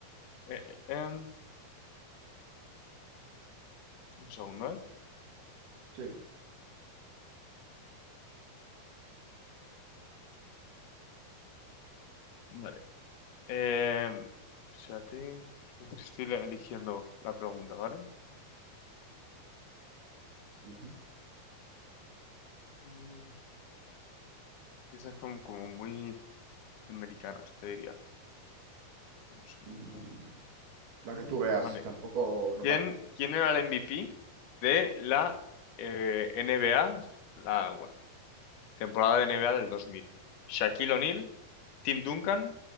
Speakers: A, on the left (about 65°); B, on the right (about 60°).
A: Eh, eh, em, un segundo, ¿eh?
B: Sí.
A: Vale. Em, espérate, porque estoy le- eligiendo la pregunta, ¿vale?
B: Ujú.
A: Mm, Estas son como muy americanas, te diría. Un segundo.
B: Mm, La
A: Mm,
B: que tú veas,
A: Vale.
B: tampoco no
A: ¿Quién,
B: pasa nada.
A: quién era el MVP de la eh, NBA? La, bueno, Temporada de NBA del 2000. Shaquille O'Neal, Tim Duncan,